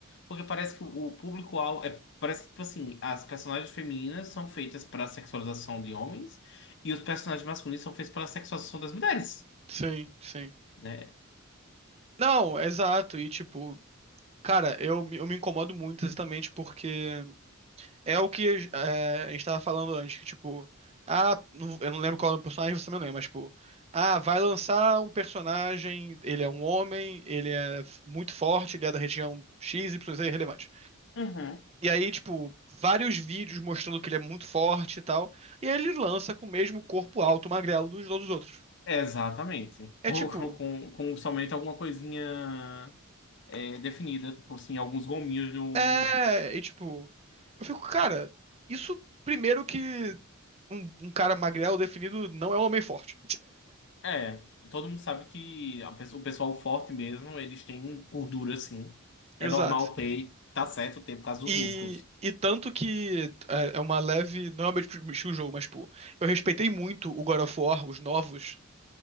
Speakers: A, on the left; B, on the right.
A: Porque parece que o, público-alvo. É, parece que, tipo assim, as personagens femininas são feitas para sexualização de homens e os personagens masculinos são feitos para sexualização das mulheres
B: Sim, sim.
A: né?
B: Não, exato. E tipo, cara, eu, me- eu me incomodo muito exatamente porque É o que é, a gente tava falando antes, que tipo, ah, não- eu não lembro qual é o personagem, você também não lembra, mas tipo, ah, vai lançar um personagem, ele é um homem, ele é f- muito forte, ele é da região X, Y, Z, relevante.
A: Uhum.
B: E aí, tipo, vários vídeos mostrando que ele é muito forte e tal, e aí ele lança com o mesmo corpo alto, magrelo dos todos os outros.
A: É, exatamente.
B: É
A: Com,
B: tipo,
A: com, com somente alguma coisinha é, definida, tipo assim, alguns gominhos do.
B: é, e tipo, eu fico, cara, isso primeiro que um, um cara magrelo definido não é um homem forte.
A: É, todo mundo sabe que a pessoa- o pessoal forte mesmo, eles têm gordura, assim.
B: Exato.
A: É normal ter, e tá certo ter por causa dos
B: E,
A: músculos.
B: e tanto que é é uma leve. Não é o meu tipo estilo de jogo, mas, tipo, eu respeitei muito o God of War, os novos,